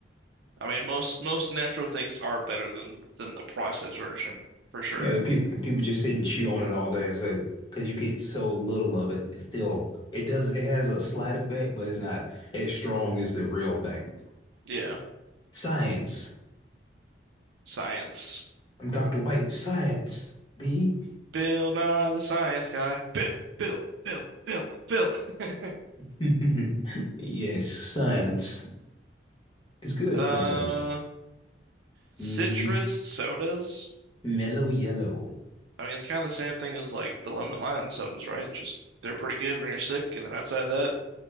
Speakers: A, on the right; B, on the left.
A: I mean, most most natural things are better than than the processed version, for sure.
B: Yeah, the people people just sit and chew on it all day. So, because you get so little of it, it still it does it has a slight effect, but it's not as strong as the real thing.
A: Yeah.
B: Science.
A: Science.
B: I'm Dr. White. Science. B.
A: Bill Nye the science guy. Bill, Bill, Bill, Bill, Bill. <laughs>
B: <laughs> Yes, science. It's good
A: Uh
B: sometimes.
A: citrus
B: Mm,
A: sodas.
B: mellow yellow.
A: I mean, it's kind of the same thing as like the lemon lime sodas, right? It's just they're pretty good when you're sick, and then outside of that,